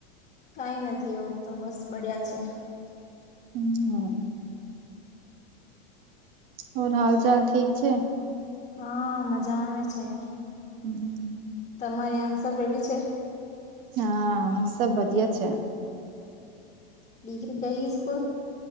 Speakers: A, on the left; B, on the right.
A: કાંઈ નથી એવો તો બસ બડિયા છે.
B: હું. હોર હાલ ચાલ ઠીક છે?
A: હા, મજા આવે છે.
B: <unintelligible>
A: તમારી આંસ ભેડી છે.
B: હા, સબ બધિયા છે.
A: ડિગ્રી કઈ સ્કૂલ?